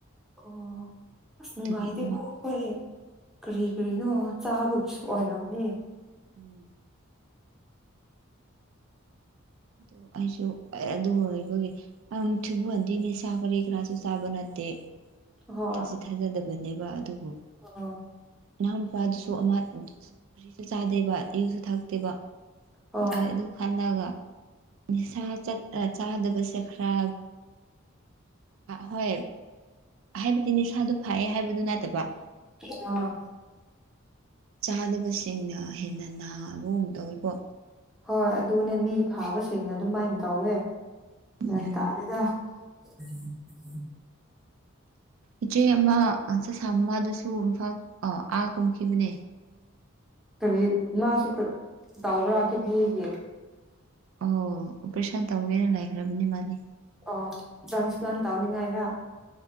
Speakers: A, in the centre; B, on the right.
A: ꯑꯣ ꯑꯁ ꯅꯨꯡꯉꯥꯏꯇꯦꯀꯣ
B: ꯑꯗꯨꯒꯤ ꯑꯃꯈꯛ
A: ꯑꯈꯣꯏꯒꯤ ꯀꯔꯤ ꯀꯔꯤꯅꯣ ꯆꯥꯕꯒꯤꯁꯨ ꯑꯣꯏꯔꯝꯅꯤ
B: ꯎꯝ ꯑꯗꯨ ꯑꯩꯁꯨ ꯑꯗꯨ ꯋꯔꯤꯗꯨꯒꯤ ꯑꯝ ꯊꯔ꯭ꯤꯕꯨꯟꯗꯤ ꯅꯤꯁꯥ ꯀꯔꯤ ꯀꯥꯔꯁꯨ ꯆꯥꯕ ꯅꯠꯇꯦ
A: ꯍꯣꯏ
B: ꯊꯥꯁꯤ ꯊꯥꯖꯗꯕꯅꯦꯕ ꯑꯗꯨꯕꯨ
A: ꯑ
B: ꯏꯅꯥꯎ ꯅꯨꯄꯥꯗꯨꯁꯨ ꯑꯃ ꯀꯔꯤꯁꯨ ꯆꯥꯗꯦꯕ ꯌꯨꯁꯨ ꯊꯛꯇꯦꯕ
A: ꯍꯣꯏ
B: ꯑꯗꯨꯒꯤ ꯑꯗꯨ ꯈꯜꯂꯒ ꯅꯤꯁꯥ ꯆꯠ ꯑ ꯆꯥꯗꯕꯁꯦ ꯈꯔ ꯍꯣꯏ ꯍꯥꯏꯕꯗꯤ ꯅꯤꯁꯥꯗꯨ ꯐꯥꯏꯌꯦ ꯍꯥꯏꯕꯗꯨ ꯅꯠꯇꯕ
A: ꯑ
B: ꯆꯥꯗꯕꯁꯤꯡꯅ ꯍꯦꯟꯅ ꯅꯥꯕꯒꯨꯝ ꯇꯧꯋꯤꯀꯣ
A: ꯍꯣꯏ ꯑꯗꯨꯅꯦ ꯃꯤ ꯐꯥꯕꯁꯤꯡꯅ ꯑꯗꯨꯃꯥꯏ ꯇꯧꯋꯦ
B: ꯎꯝ
A: ꯒ꯭ꯌꯥꯟ ꯇꯥꯥꯗꯦꯗ <unintelligible>
B: ꯏꯆꯦ ꯑꯃ ꯑ ꯁ ꯁꯥꯃꯗꯨꯁꯨ ꯏꯝꯐꯥꯜ ꯑ ꯑꯥ ꯀꯨꯝꯈꯤꯕꯅꯦ
A: ꯀꯔꯤ ꯃꯥꯥꯁꯨ ꯇꯧꯕ꯭ꯔꯥ ꯀꯤꯐꯦꯒꯤ
B: ꯑꯣ ꯑꯣꯄꯔꯦꯁꯟ ꯇꯧꯋꯦꯅ ꯂꯩꯈ꯭ꯔꯕꯅꯦ ꯃꯥꯗꯤ
A: ꯑꯣ ꯇ꯭ꯔꯥꯟꯁ ꯄ꯭ꯂꯥꯟ ꯇꯧꯅꯤꯡꯉꯥꯏꯔ